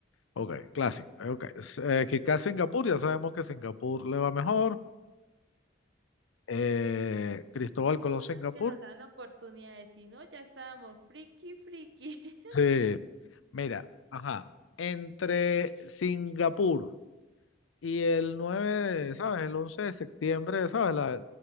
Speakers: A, on the left (about 80°); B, on the right (about 60°).
A: Ok, clásico. Ok. S- eh, Kikaz Singapur, ya sabemos que Singapur le va mejor. Eh, Cristóbal
B: Lo
A: Colón
B: bueno
A: Singapur.
B: es que nos dan oportunidad de decir, no, ya estábamos friki, friki. <laughs>
A: Sí, mira, ajá. Entre Singapur y el 9, de, ¿sabes? El 11 de septiembre, ¿sabes? La